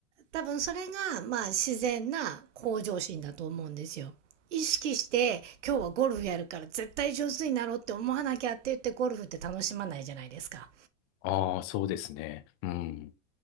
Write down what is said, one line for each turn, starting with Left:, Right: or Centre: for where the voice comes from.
Right: 多分それがまあ自然な向上心だと思うんですよ。意識して今日はゴルフやるから絶対上手になろうって思わなきゃって言ってゴルフって楽しまないじゃないですか。
Left: ああ、そうですね。うん。